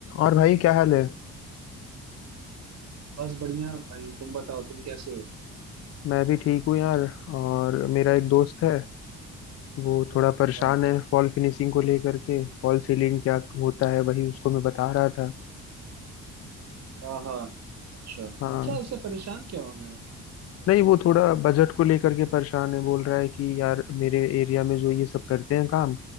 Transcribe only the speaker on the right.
बस बढ़िया भाई तुम बताओ तुम कैसे हो
हाँ
हाँ हाँ अच्छा
क्या ऐसे परेशान क्या होना है